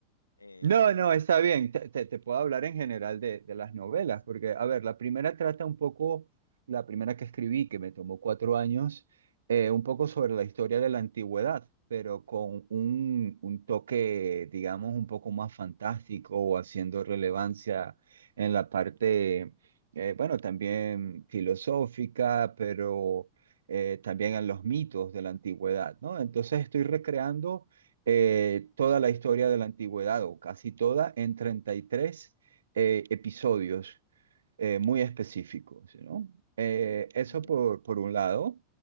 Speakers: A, on the left; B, on the right.
A: Eh,
B: No, no, está bien. Te, te- te puedo hablar en general de, de las novelas,
A: sí.
B: porque, a ver, la primera trata un poco, la primera que escribí, que me tomó cuatro años, eh, un poco sobre la historia de la antigüedad, pero con un, un toque, digamos, un poco más fantástico o haciendo relevancia en la parte, eh, bueno, también filosófica, pero eh, también en los mitos de la antigüedad, ¿no? Entonces estoy recreando eh, toda la historia de la antigüedad, o casi toda, en 33 eh, episodios eh, muy específicos, ¿no? Eh,
A: Mm,
B: eso por, por un lado.